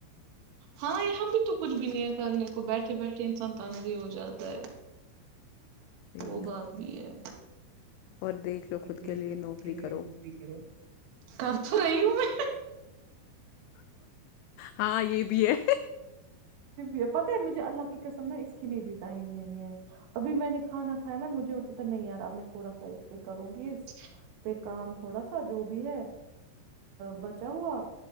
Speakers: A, on the right; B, on the left.
A: ہاں یہاں بھی تو کچھ بھی نہیں ہے کرنے کو بیٹھے بیٹھے انسان تانگی ہو جاتا ہے
B: وہی
A: وہ
B: نا
A: بات بھی ہے
B: اور دیکھ لو خود
A: م دیکھ
B: کے لیے نوکری
A: کے
B: کرو۔
A: لی لو بھی کرو کر تو رہی ہوں میں
B: ہاں یہ بھی بھی ہے
A: یہ پتا مجھے اللہ کی قسم نا اس کے لیے بھی ٹائم نہیں ہے ابھی میں نے کھانا کھایا نا مجھے وسا نہیں یار اب میں تھوڑا سا اس پہ کروں گی اس پہ کام تھوڑا سا جو بھی ہے بچا ہوا